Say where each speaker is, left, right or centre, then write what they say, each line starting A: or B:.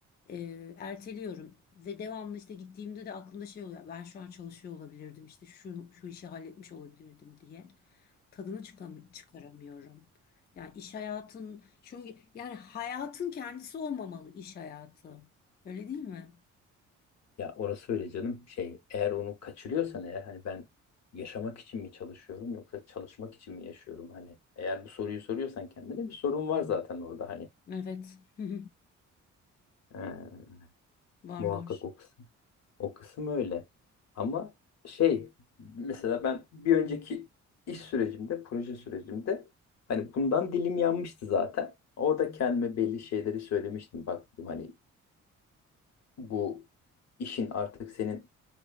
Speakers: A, on the left (about 35°); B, on the left (about 60°).
A: e, erteliyorum ve devamlı işte gittiğimde de aklımda şey oluyor. Ben şu an çalışıyor olabilirdim işte şu şu işi halletmiş olabilirdim diye tadını çıkam çıkaramıyorum. Yani iş hayatın çünkü yani hayatın kendisi olmamalı iş hayatı. Öyle değil mi?
B: Ya orası öyle canım. Şey, eğer onu kaçırıyorsan eğer hani ben yaşamak için mi çalışıyorum yoksa çalışmak için mi yaşıyorum? Hani eğer bu soruyu soruyorsan kendine bir sorun var zaten orada hani.
A: Evet. <laughs>
B: Ee,
A: Var
B: muhakkak
A: var.
B: o kısım. O kısım öyle. Ama şey mesela ben bir önceki iş sürecimde, proje sürecimde hani bundan dilim yanmıştı zaten. Orada kendime belli şeyleri söylemiştim. Bak dedim hani bu işin artık senin